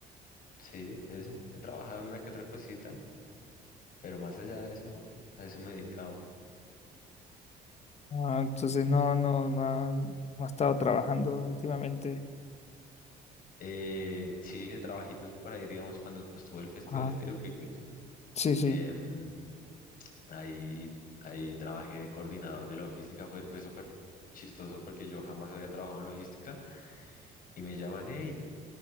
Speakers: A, on the left; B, on the left.
A: Sí, eso. He trabajado en una que otra cosita, pero más allá de eso, no. A eso me he dedicado.
B: Ah, entonces no, no, no ha, no ha estado trabajando últimamente.
A: Eh, sí, de trabajitos por ahí, digamos, cuando estuvo el Festival
B: Ah,
A: Stereo Picnic,
B: sí, sí.
A: em, ahí, ahí trabajé de coordinador de logística. Fue, fue súper chistoso porque yo jamás había trabajado en logística y me llaman, hey,